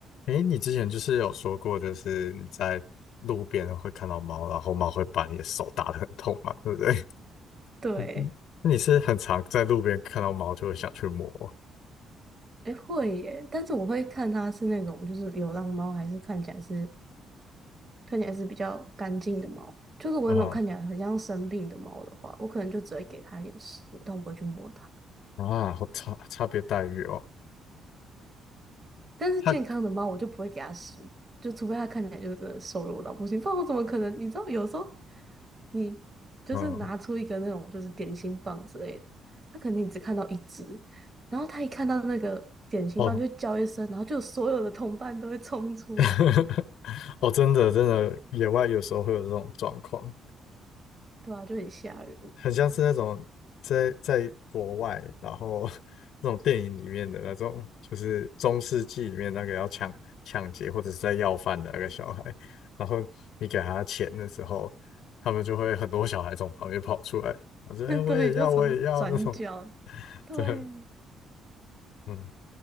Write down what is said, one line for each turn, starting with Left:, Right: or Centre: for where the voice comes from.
Left: 诶，你之前就是有说过，就是你在路边会看到猫，然后猫会把你的手打得很痛嘛，对不对？<laughs>
Right: 对，
Left: 嗯那你是很常在路边看到猫就会想去摸
Right: 诶，会耶，但是我会看它是那种就是流浪猫，还是看起来是看起来是比较干净的猫。就如果那种看起来很像生病的猫的话，
Left: 啊、
Right: 我可能就只会给它一点食物，但我不会去摸它。
Left: 啊，好差差别待遇哦。
Right: 但是健康的猫，
Left: 它
Right: 我就不会给它食物，就除非它看起来就是真的瘦弱到不行，不然我怎么可能？你知道，有时候你就是拿出一个那种就是点心棒之类的，
Left: 嗯
Right: 它肯定只看到一只，然后它一看到那个点心棒就叫一声，
Left: 哦
Right: 然后就所有的同伴都会冲出来。
Left: <laughs> 哦，真的真的，野外有时候会有这种状况。
Right: 对啊，就很吓人。
Left: 很像是那种在在国外，然后 <laughs> 那种电影里面的那种，就是中世纪里面那个要抢抢劫或者是在要饭的那个小孩，然后你给他钱的时候，他们就会很多小孩从旁边跑出来，我说：“哎、
Right: <laughs>
Left: 我也要，
Right: 对，就从那转角，
Left: 我也要那种。”
Right: 对，
Left: 对，嗯，